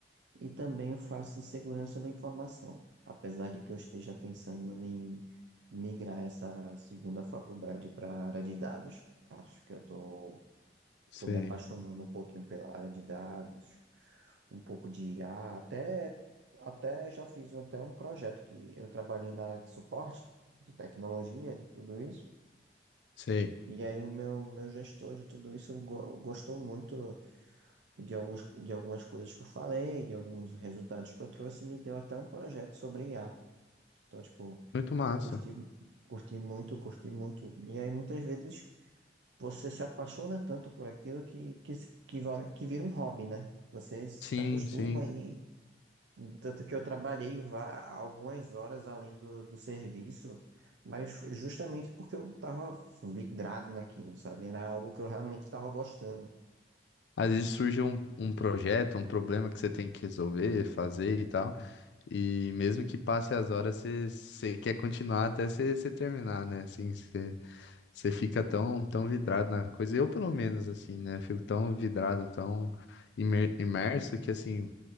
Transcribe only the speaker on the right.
e também faço segurança da informação. Apesar de que eu esteja pensando em migrar essa segunda faculdade para a área de dados. Acho que eu tô,
tô me apaixonando um pouquinho pela área de dados, um pouco de IA, até, até já fiz até um projeto que eu trabalhei na área de suporte, de tecnologia, de tudo isso.
E aí o meu, meu gestor de tudo isso go- gostou muito de alguns, de algumas coisas que eu falei, de alguns resultados que eu trouxe, e me deu até um projeto sobre I a Então, tipo,
curti, curti muito, curti muito. E aí muitas vezes você se apaixona tanto por aquilo que, que, que, va- que vira um hobby, né? Você se
acostuma
e tanto que eu trabalhei vá- algumas horas além do, do serviço, mas justamente porque eu estava vidrado naquilo, sabe? Era algo que eu realmente estava gostando.